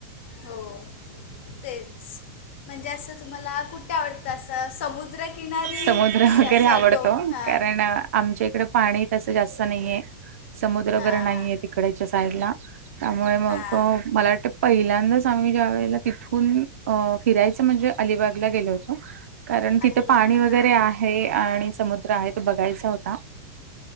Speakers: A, on the left (about 55°); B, on the right (about 85°).
A: हो तेच. म्हणजे असं तुम्हाला कुठे आवडतं, असं समुद्रकिनारी
B: समुद्र
A: की
B: वगैरे
A: अस
B: आवडतो
A: डोंग हं?
B: कारण आमच्या इकडे पाणी तसं जास्त नाहीये. समुद्र
A: हां
B: वगैरे नाहीये
A: हां
B: तिकडच्या साईडला. त्यामुळे मग
A: हां
B: मला वाटतं पहिल्यांदाच आम्ही ज्या वेळेला तिथून फिरायचं, म्हणजे अलिबागला गेलो होतो. कारण तिथं
A: अलिबागला
B: पाणी वगैरे
A: हां
B: आहे आणि समुद्र आहे तो बघायचा होता.